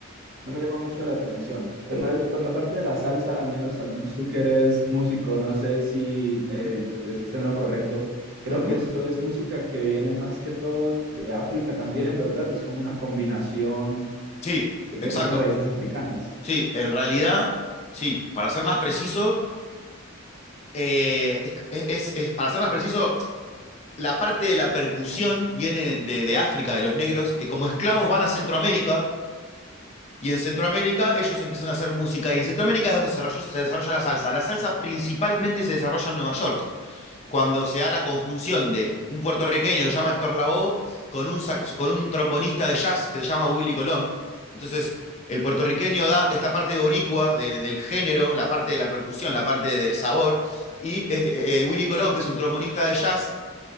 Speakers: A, on the right; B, on the left.
A: no me llama mucho la atención. Pero eh, por la parte de la salsa, al menos, al menos tú que eres músico, no sé si eh,
B: Uh -huh,
A: yo esté en lo correcto. Creo
B: uh -huh.
A: que eso es música que viene más que todo de África también, ¿verdad? Es como una combinación
B: Sí,
A: de que
B: exacto.
A: tiene raíces africanas.
B: Sí, en realidad, sí, para ser más preciso, eh, es, es- es- para ser más preciso, la parte de la percusión viene de, de África, de los negros, que como esclavos van a Centroamérica, y en Centroamérica ellos empiezan a hacer música, y en Centroamérica es donde se desarrolló- se desarrolla la salsa. La salsa principalmente se desarrolla en Nueva York cuando se da la conjunción de un puertorriqueño que se llama Héctor Lavoe con un, sax- con un trombonista de jazz que se llama Willy Colón. Entonces, el puertorriqueño da esta parte boricua de- del género, la parte de la percusión, la parte del sabor, y eh, eh, Willy Colón, que es un trombonista de jazz,